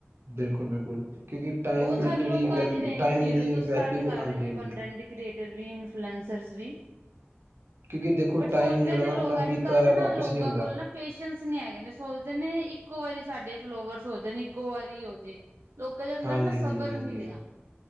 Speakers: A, on the right; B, on the right.
A: ਬਿਲਕੁਲ-ਬਿਲਕੁਲ, ਕਿਉਂਕਿ ਟਾਈਮ
B: ਬਹੁਤ
A: ਦੀ
B: ਸਾਰੇ
A: ਜਿਹੜੀ
B: ਲੋਕ ਕਰ
A: ਵੈ
B: ਹੀ ਰਹੇ
A: ਟਾਈਮ
B: ਨੇ ਜੀਰੋ
A: ਦੀ
B: ਤੋਂ
A: ਵੈਲਿਊ
B: ਸਟਾਰਟ ਕਰ
A: ਹਾਂਜੀ-ਹਾਂਜੀ।
B: ਰਹੇ ਨੇ ਕੰਟੈਂਟ ਕ੍ਰੀਏਟਰ ਵੀ ਇਨਫਲੂਐਂਸਰਸ ਵੀ
A: ਕਿਉਂਕਿ ਦੇਖੋ
B: ਬਟ
A: ਟਾਈਮ
B: ਸੋਚਦੇ
A: ਜਿਹੜਾ
B: ਨੇ
A: ਨਾ
B: ਲੋਕ
A: ਆਪਣਾ ਬੀਤਾ
B: ਅੱਜ ਕੱਲ੍ਹ
A: ਹੋਇਆ
B: ਦੇ ਨਾ
A: ਵਾਪਿਸ
B: ਲੋਕਾਂ
A: ਨਹੀਂ ਆਉਂਦਾ
B: ਕੋਲ ਨਾ ਪੇਸ਼ੈਂਸ ਨੀ ਹੈਗੇ ਨੇ ਸੋਚਦੇ ਨੇ ਇੱਕੋ ਵਾਰੀ ਸਾਡੇ ਫਾਲੋਵਰਸ ਹੋ ਜਾ ਇੱਕੋ ਵਾਰੀ ਹੋ ਜੇ ਲੋਕਾਂ ਦੇ ਅੰਦਰ
A: ਹਾਂਜੀ
B: ਨਾ ਸਬਰ
A: ਹਾਂਜੀ ਹਾਂਜੀ
B: ਨਹੀਂ ਰਿਹਾ।